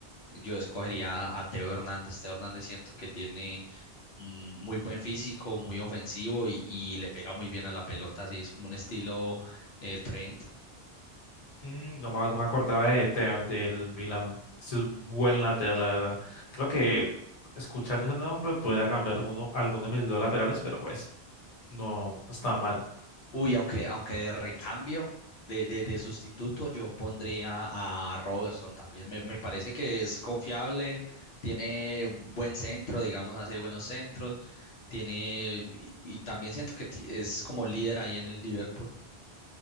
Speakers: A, on the left; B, on the left.
A: Yo escogería a Teo Hernández. Teo Hernández siento que tiene mm, muy buen físico, muy ofensivo y, y le pega muy bien a la pelota. Así es como un estilo eh, Trent.
B: Mm, no me, no me acordaba de Teo, el del Milan. Es un buen lateral, la verdad. Creo que escuchando ese nombre pueda cambiar alguno, alguno de mis dos laterales, pero pues no no está mal.
A: Uy, aunque, aunque de recambio, de, de, de sustituto, yo pondría a Robertson también. Me, me parece que es confiable, tiene buen centro, digamos, hace buenos centros. Tiene, y, y también siento que ti- es como líder ahí en el Liverpool.